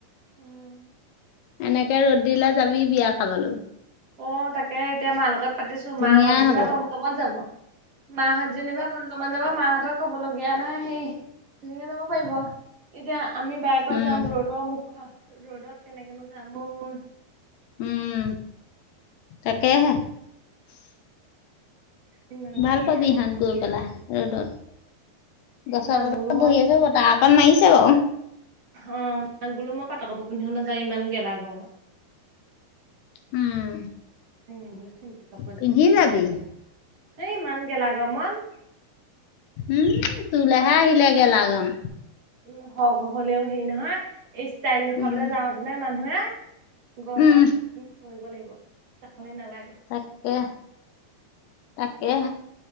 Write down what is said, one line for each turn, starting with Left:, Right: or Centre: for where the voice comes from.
Right: উম,
Left: এনেকে ৰ'দ দিলে যাবি বিয়া খাবলৈ।
Right: অ, তাকে এতিয়া মাৰ লগত পাতিছো
Left: ধুনীয়া
Right: মাহত যেনিবা
Left: হব
Right: টমটমত যাব। ম হাজি ন বা ত <unintelligible> যাব মাহতৰ কব লগীয়া নাই সেইে যাব পাৰিব এতিয়া আমি বাই। তপা
Left: উম
Right: যাম ৰ'দৰ মুখ ৰ'দত কেনেকেনো যামোৰ
Left: উম, তাকেহে।
Right: ইমান
Left: ভাল
Right: গৰমত
Left: পাবিহত গৈ পেলাই ৰ'দত। গছৰ
Right: নাগোলো
Left: তলত
Right: মই
Left: বহি আছো বতাহ অকণ মাৰিছে বাৰু।
Right: অ, মাক বোলো মই পাটৰ কাপোৰ পিন্ধিও নাযাও ইমান গেলা গৰমত।
Left: উম,
Right: চনে বুল চিম্পল কাপজ
Left: পিন্ধি
Right: নি যামখ
Left: যাবি
Right: ন হ ইমান গেলা গন <unintelligible>
Left: উম, তুলে হে আহিলে গেলা গৰম।
Right: উম, হলেও হেৰি নহয় এই ষ্টাইল দেখুৱাবলৈ
Left: উম
Right: যাওতো নে মানুহে। গৰমত
Left: উম
Right: মাৰিব লাগিব সেইকাৰণে নালাগে।
Left: তাকে তাকে।